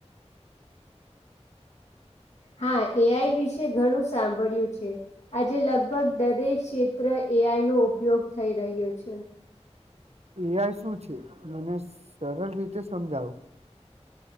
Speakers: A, on the left; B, on the right.
A: હા એઆઈ વિશે ઘણું સાંભળ્યું છે આજે લગભગ દરેક ક્ષેત્ર એ આઈ નો ઉપયોગ થઈ રહ્યો છે
B: એઆઈ શું છે મને સરળ રીતે સમજાવો